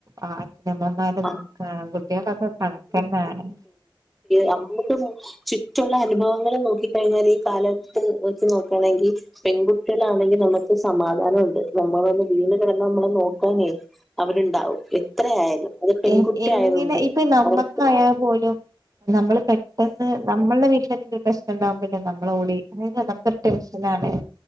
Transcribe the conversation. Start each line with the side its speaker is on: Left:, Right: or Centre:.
Right: അഛനമ്മമാർ
Centre: ആഹ്
Right: നോക്കാ ആൺകുട്ടികളൊക്കെ കണക്കന്നാണ്
Centre: അ നമുക്ക് ചുറ്റുള്ള അനുഭവങ്ങൾ നോക്കി കഴിഞ്ഞാൽ ഈ കാലഘട്ടത്ത് വച്ച് നോക്കയാണെങ്കി പെൺകുട്ടികളാണെങ്കി നമ്മുക്ക് സമാധാനമുണ്ട് നമ്മളൊന്ന് വീണ് കിടന്നാൽ നമ്മളെ നോക്കാനേ അവരുണ്ടാവും എത്രയായാലും അത് പെൺകുട്ടി
Right: എ എങ്ങനെ
Centre: ആയതുകൊണ്ട്
Right: ഇപ്പൊ നമ്മക്കായൽ
Centre: അവർക്ക്
Right: പോലും നമ്മൾ പെട്ടെന്ന് നമ്മൾടെ വീട്ടിലെന്തെങ്കിലും പ്രശ്നം ഉണ്ടാകുമ്പോല്ലേ നമ്മളെ ഓടി അത് നമു ടെൻഷനാണ്